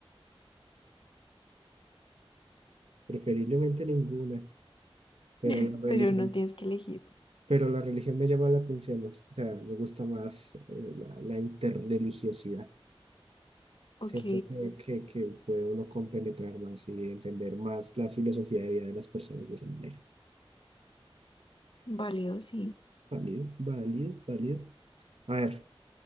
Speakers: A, on the right; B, on the left.
A: Preferiblemente ninguna, pero
B: <laughs>
A: la religión,
B: pero no tienes que elegir.
A: pero la religión me llama la atención más, o sea, me gusta más eh, la, la interreligiosidad.
B: Ok,
A: Siento que, que, que puede uno compenetrar más y entender más la filosofía de vida de las personas de esa manera.
B: válido, sí.
A: Válido, válido, válido. A ver,